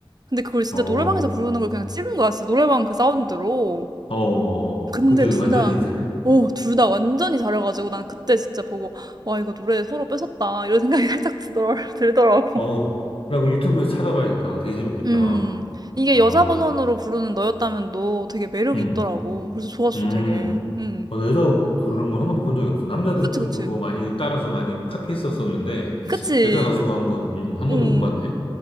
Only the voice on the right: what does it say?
근데 그걸 진짜
노래방에서 부르는 걸 그냥 찍은 거야. 진짜 노래방 그 사운드로.
근데
둘
다,
어, 둘 다 완전히 잘해가지고 난 그때 진짜 보고, 와, 이거 노래 서로 뺏었다. 이런 생각이 <laughs> 살짝 들더라- 들더라고.
음, 이게
여자 버전으로 부르는 너였다면 너 되게 매력이
있더라고. 그래서 좋았어,
되게. 음,
그치,
그치.
그치.
응,